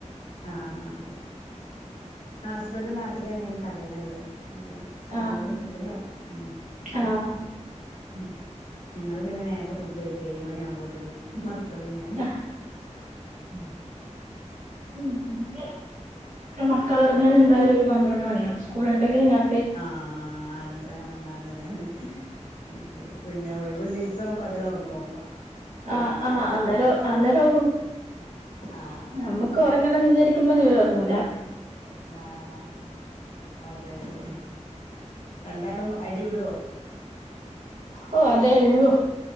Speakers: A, on the left (about 75°); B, on the right (about 85°).
A: ആഹ് അതെ ഹസ്ബന്റ് നാട്ടിലെന്നേണ് കടയിലാള്ളത് മ് പ്പൊ
B: ആഹ്
A: മ്പണി പത്തണി ആ ഉം ഉം
B: ആഹ്
A: ഞങ്ങള് പിന്നെ നേര്ത്തെ ഫുഡ് കഴിക്കും ഏയ് മണി ആവുമ്പോതിന്നു മക്ക മക്കളും ഞാനും
B: ആഹ്
A: ഉം
B: ഉം മക്കളൊറങ്ങാൻ എന്തായാലും ഒരു പന്ത്രണ്ട് മണിയാകും സ്കൂൾ ഉണ്ടെങ്കിലും ഞാൻ
A: ആഹ് അത ആ അതന്നെ <unintelligible> ശെരി പിന്നെ ഒഴിവുള്ളീസം പകലൊർങ്ങോ
B: ആഹ് ആഹ് അന്നേര അന്നേരവു
A: ആഹ്
B: നമ്മുക്ക് വറങ്ങണം വിചാരിക്കുമ്പോ ഇവര് ഒറങ്ങൂ
A: ആഹ് അതെ അതെ എന്താളും അടിയുടോ
B: ഓ അതെ ഉള്ളു